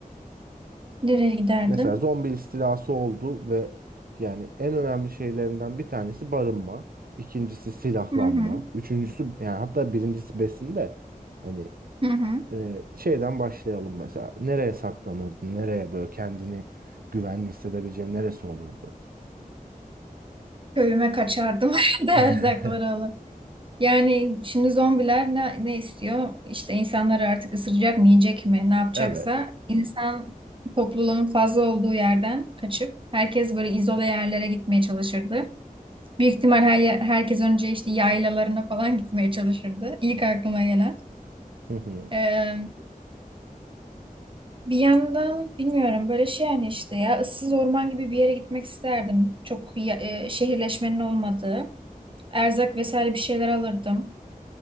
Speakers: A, on the right (about 35°); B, on the right (about 80°).
A: Nereye giderdim?
B: Mesela zombi istilası oldu ve yani en önemli şeylerinden bir tanesi barınma, ikincisi silahlanma,
A: Hı hı.
B: üçüncüsü yani hatta birincisi besin de hani
A: Hı hı.
B: Ee, şeyden başlayalım mesela. Nereye saklanırdın? Nereye böyle kendini güvenli hissedebileceğin neresi olurdu?
A: Köyüme kaçardım <laughs> da erzakları
B: <laughs>
A: alıp. Yani şimdi zombiler ne, ne istiyor? İşte insanlar artık ısıracak mı, yiyecek mi, ne yapacaksa
B: Evet.
A: insan topluluğun fazla olduğu yerden kaçıp herkes böyle izole yerlere gitmeye çalışırdı. Büyük ihtimal her, herkes önce işte yaylalarına falan gitmeye çalışırdı. İlk aklıma gelen.
B: Hı hı.
A: Ee, bir yandan bilmiyorum böyle şey yani işte ya ıssız orman gibi bir yere gitmek isterdim. Çok ya- e, şehirleşmenin olmadığı. Erzak vesaire bir şeyler alırdım.